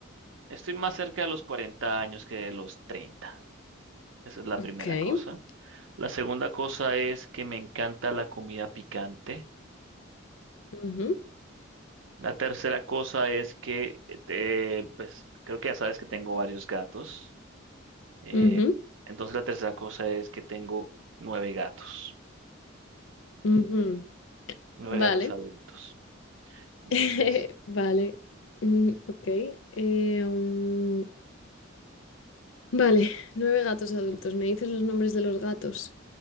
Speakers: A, on the right (about 70°); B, on the left (about 70°).
A: estoy más cerca de los 40 años que de los 30. Esa es la
B: Ujú.
A: primera
B: Ok.
A: cosa. La segunda cosa es que me encanta la comida picante.
B: Ujú,
A: La tercera cosa es que, eh, pues creo que ya sabes que tengo varios gatos. Eh,
B: ujú,
A: entonces la tercera cosa es que tengo nueve gatos,
B: ujú.
A: nueve
B: Vale.
A: gatos adultos. Entonces,
B: <laughs> Vale. Ujú, Ok. Eh, um, Vale. Nueve gatos adultos. ¿Me dices los nombres de los gatos?